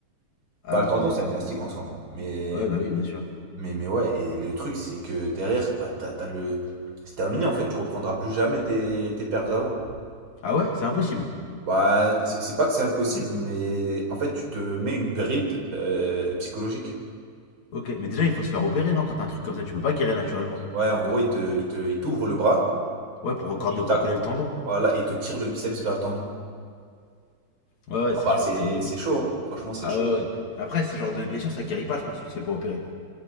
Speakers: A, on the left; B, on the right.
A: Abusé.
B: Bah le tendon c'est un élastique en soi, hein, mais
A: Ouais, bah oui, bien sûr.
B: Mais, mais ouais, et le truc, c'est que derrière, bah, t'as, t'as le... c'est terminé en fait, tu reprendras plus jamais tes, tes perfs avant.
A: Ah ouais, c'est impossible.
B: Bah, c'est c'est pas que c'est impossible, mais en fait, tu te mets une bride euh, psychologique.
A: Ok, mais déjà il faut se faire opérer, non Quand t'as un truc comme ça, tu peux pas guérir naturellement.
B: Ouais, en gros, il te, il te, il t'ouvre le bras,
A: Ouais, pour encore
B: il
A: dégrocoller
B: tac,
A: le tendon.
B: voilà, et il te tire le biceps vers le tendon.
A: Ouais, ouais,
B: Ah
A: c'est
B: bah,
A: sûr,
B: c'est,
A: c'est horrible.
B: c'est chaud, hein. Franchement, c'est
A: Ah
B: chaud.
A: ouais, ouais. Après, ce genre de blessure, ça guérit pas, je pense, si tu te fais pas opérer.